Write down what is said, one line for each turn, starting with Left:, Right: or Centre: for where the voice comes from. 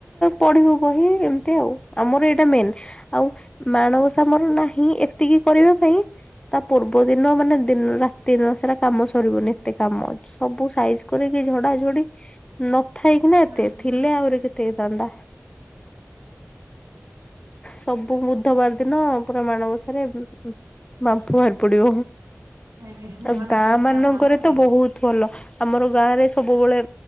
Left: ପଢିବୁ ବହି ଏମିତି ଆଉ ଆମର ଏଇଟା ମେନ୍। ଆଉ ମାଣ ଓସା ଆମର ନାହିଁ ଏତିକି କରିବା ପାଇଁ। ତା ପୂର୍ବ ଦିନ ମାନେ ଦିନ ରାତି ସାରା କାମ ସରିବନି ଏତେ କାମ ଅ ସବୁ ସାଇଜ୍ କରିକି ଝଡା ଝଡି ନଥାଇକିନା
Right: ହୁଁ
Left: ଏତେ
Right: ହୁଁ
Left: ଥିଲେ ଆହୁରି କେତେ ହେଇଥାନ୍ତା। ସବୁ ବୁଧବାର ଦିନ ପୁର ମାଣବସାରେ ବାପୁ ବାହାରି ପଡିବ
Right: ଆଜ୍ଞା
Left: ଆଉ
Right: ମାନେ
Left: ଗାଁ
Right: ବହୁତ
Left: ମାନଙ୍କରେ
Right: କାମ ନୁହଁ କି
Left: ତ ବହୁତ୍ ଭଲ। ଆମର ଗାଁ ରେ ସବୁବେଳେ